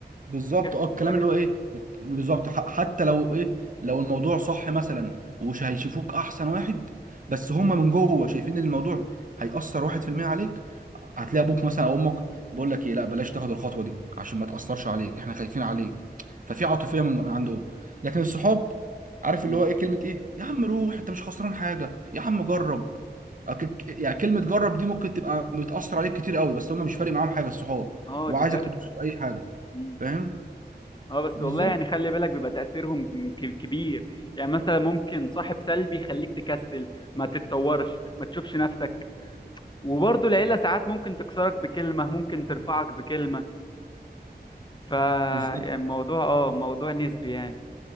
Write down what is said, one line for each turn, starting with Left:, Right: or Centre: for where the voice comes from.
Right: بالظبط
Left: لكن
Right: اه الكلام
Left: لكن
Right: اللي هو ايه بالظبط ح- حتى لو ايه لو الموضوع صح مثلا ومش هيشوفوك احسن واحد بس هما من جوه شايفين ان الموضوع هيأثر واحد في المية عليك هتلاقي ابوك مثلا او امك بقول لك ايه لا بلاش تاخد الخطوة دي عشان ما تأثرش عليك احنا خايفين عليك ففي عاطفية من من عنده لكن الصحاب عارف اللي
Left: مم.
Right: هو ايه كلمة ايه يا عم روح انت مش خسران حاجة يا عم جرب أك- يعني كلمة جرب دي ممكن تبقى بتأثر عليك كتير قوي بس هما مش فارق معاهم حاجة الصحاب
Left: اه
Right: هو
Left: دي
Right: عايزك
Left: كارثه
Right: تدوس في اي حاجة
Left: مم.
Right: فاهم
Left: اه بس
Right: بالظبط
Left: والله يعني خلي بالك بيبقى تاثيرهم ك- كبير يعني مثلا ممكن صاحب سلبي يخليك تكسل ما تتطورش ما تشوفش نفسك وبرضه العيله ساعات ممكن تكسرك بكلمه ممكن ترفعك بكلمه ف يعني
Right: بالظبط
Left: الموضوع اه موضوع نسبي يعني